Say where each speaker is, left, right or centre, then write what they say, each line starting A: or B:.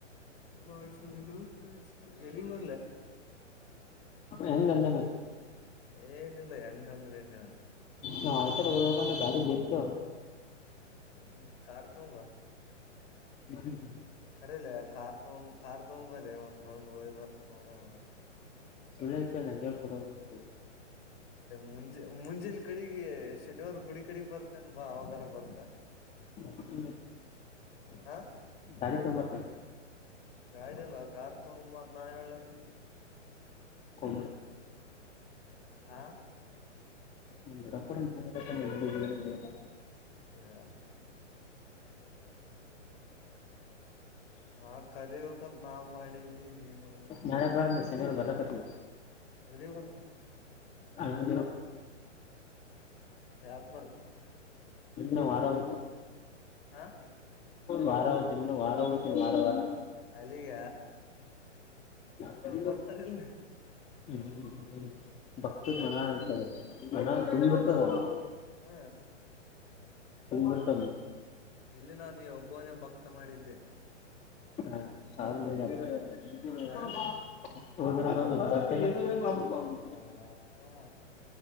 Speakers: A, on the left; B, on the left.
A: ಬಸುದ ಎಲ್ಲಿಗ್ ಬ
B: ಹೆಂದನ
A: ಏನಿಲ್ಲ ಹೆಂಗಂದ್ರೆ ಏನ್ ಹೇಳ
B: ನಾವ್ ಆಯ್ತಡೆ ಹದಬೇಕಂದ್ರೆ ಗಾಡಿ ಎರ್ತು
A: ಹ್ಮ ಕಾರ ತಂಬಾ
B: ಹ್ಮ ಹ್ಮ್
A: ಕಖರಿಲೆ ಕಾರ್ ತೊ ಕಾರ್ ತಗಬಲೆ ಒಂದ್ ರೌಂಡ್ ಹಯ್ ಬರ್ ನೋಡವ
B: ಸುಳ್ಳಕ ನನ್ಗೆ ಕೊಡುವಲ್ಲ
A: ಮುಂಜೆ ಮುಂಜೇಲಿ ಕಡೆಗೆ ಶನಿವಾರ ಗುಡಿ ಕಡೆಗ್ ಬರ್ತನ್ ಬಾ ಅವಾಗಾರ ಬರ್ತಾ
B: ಮಳ್ತರ
A: ಹ
B: ಗಡಿ ತೊಂಬತ್ತ
A: ಗಾಡಿ ಅಲ್ವಾ ಕಾರ್ ತಗಂಬ ನಾ ಹೇಳಕ್ಕೆ
B: ಕೊ
A: ಆಾ
B: ನಮ್ ದೊಡ್ಡಪಾ ನನ್ ಹೇಳ್ಲಿದು ಏನು ನಡಿಯಲ್ಲ.
A: ಅಯ್ಯೋ ನಾ ಕಲಿಬೇಕಂತ ನಾ ಮಾಡೀನಿ ನೀನ್ ನೋಡ
B: ನಳೆಬ ಮ ಚನು ಬರ ಕಟ್ಟ
A: ಎಲ್ಲಿ ಬರ್ತೆೆ
B: ಅಮ
A: ಯಾಕ್ ಬರ್ತೆ
B: ನ ವಾರಾಗ
A: ಹ
B: ವಾರ ಹೋಗ್ತನ್ ವಾರ ಹೋಗ್ತನಿ ವಾರ ವಾರ
A: ಅಲ್ಲಿಗ
B: ಹು
A: ಬರ್ತಾರ್ ಇಲ್ಲ.
B: ಹ್ಮ್ ಹ್ಮ್್ಮ ಭಕ್ತದ
A: ಹ
B: ಮನರ್ತದೆ ಮನ ತುಂಬ ಇರ್ತದ ಅವ
A: ಹ
B: ಉತ
A: ಎಲ್ಲಿ ನಾನು ಈ ಒಬ್ಬನೇ ಭಕ್ತ ಮಾಡಿದ್ದೆ
B: ಹಾ ಸ ಮ
A: ಹ
B: ನ ಮ
A: ಅಲ್ಲಪ್ಪಾ
B: ಹಾ